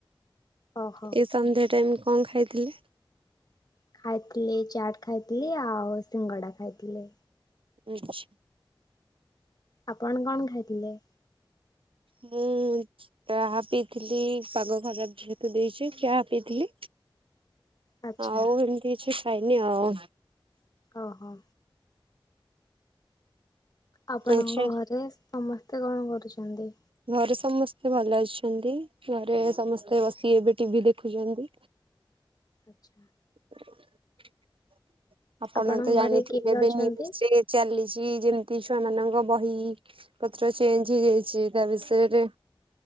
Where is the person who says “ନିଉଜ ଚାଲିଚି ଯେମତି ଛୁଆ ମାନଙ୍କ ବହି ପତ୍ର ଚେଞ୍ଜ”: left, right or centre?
Right